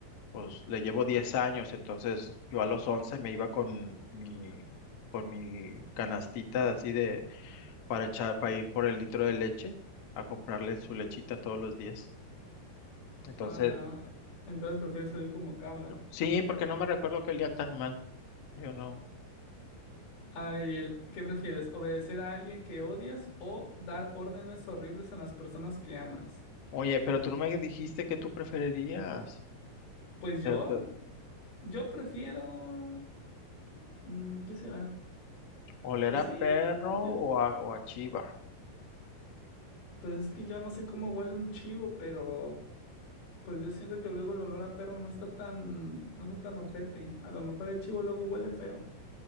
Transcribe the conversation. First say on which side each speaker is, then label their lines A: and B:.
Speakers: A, on the left; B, on the left.
A: pues le llevo 10 años, entonces yo a los 11 me iba con mi, con mi canastita así de, para echar, para ir por el litro de leche a comprarle su lechita todos los días. Entonces,
B: A la... Entonces prefiero oler como cabra.
A: sí, porque no me recuerdo que olían tan mal. Yo no.
B: A ver, y el- ¿qué prefieres? ¿Obedecer a alguien que odias o dar órdenes horribles a las personas que amas?
A: Oye, pero tú no me dijiste que tú preferirías.
B: Pues yo,
A: Te- te-
B: yo prefiero... mm, ¿Qué será?
A: ¿Oler
B: Pues
A: a
B: sí,
A: perro
B: yo...
A: o a, o a chiva?
B: Pues es que yo no sé cómo huele un chivo, pero... Pues yo siento que luego el olor a perro no está tan, no está tan ojete. A lo mejor el chivo luego huele feo.